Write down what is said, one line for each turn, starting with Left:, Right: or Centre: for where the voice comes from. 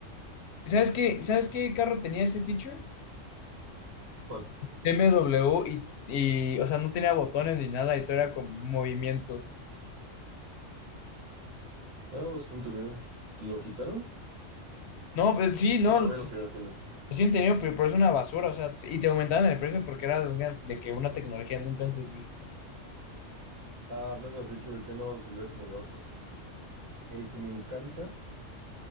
Left: ¿Sabes qué? ¿Sabes qué carro tenía ese feature?
Right: ¿Cuál?
Left: B M W y, y, o sea, no tenía botones ni nada y todo era con movimientos.
Right: Ah, bastante bien. ¿Lo quitaron?
Left: No, pues sí, no,
Right: ¿O todavía
Left: lo
Right: lo siguen haciendo?
Left: sí tenido, pero, pero es una basura, o sea, y te aumentaban el precio porque era de, una- de que una tecnología nunca antes vista.
Right: Ah, hablando de features, ya no de celulares, sino de autos. El que me encanta